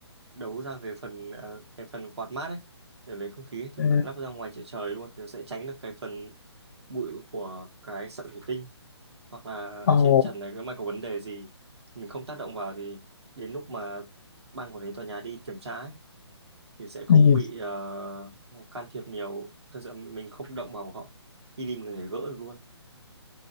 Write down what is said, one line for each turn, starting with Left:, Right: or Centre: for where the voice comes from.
Right: đấu ra cái phần à, cái phần quạt mát ấy để lấy không khí ấy, thì
Left: ừ.
Right: mình phải lắp ra ngoài trời trời luôn thì nó sẽ tránh được cái phần bụi của cái sợi thủy tinh hoặc là
Left: Ồ,
Right: ở trên trần này nếu mà có vấn đề gì mình không tác động vào thì đến lúc mà ban quản lý tòa nhà đi kiểm tra ấy, thì sẽ không
Left: ừ.
Right: bị ờ, can thiệp nhiều thật sự mình không động vào của họ khi đi mình có thể gỡ được luôn